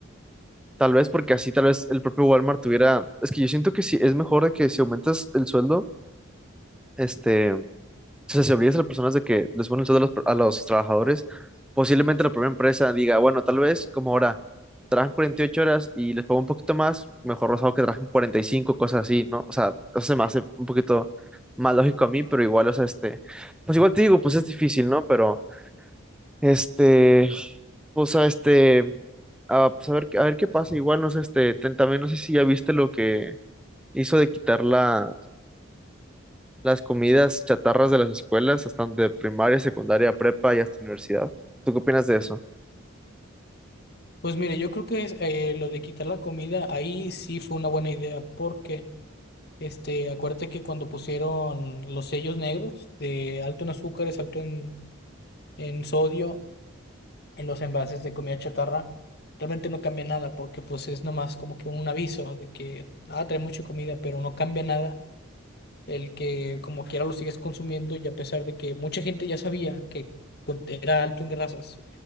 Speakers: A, in the centre; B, on the left.
A: Tal vez porque así tal vez el propio Walmart tuviera, es que yo siento que sí, es mejor de que si aumentas el sueldo, este, o sea, si obligas a las personas de que les ponen el sueldo a los, a los trabajadores, posiblemente la propia empresa diga, bueno, tal vez como ahora trabajan 48 horas y les pago un poquito más, mejor los hago que trabajen 45 cosas así, ¿no? O sea, eso se me hace un poquito más lógico a mí, pero igual, o sea, este, pues igual te digo, pues es difícil, ¿no? Pero, este, o sea, este... Ah, pues a ver, qué- a ver qué pasa. Igual, no sé, este, ten- también no sé si ya viste lo que hizo de quitar la, las comidas chatarras de las escuelas, hasta de primaria, secundaria, prepa y hasta universidad. ¿Tú qué opinas de eso?
B: Pues mire, yo creo que es, eh, lo de quitar la comida ahí sí fue una buena idea, porque este, acuérdate que cuando pusieron los sellos negros de alto en azúcares, alto en en sodio, en los envases de comida chatarra, realmente no cambia nada porque pues es nomás como que un aviso de que, ah, trae mucha comida, pero no cambia nada el que como quiera lo sigues consumiendo y a pesar de que mucha gente ya sabía que con- era alto en grasas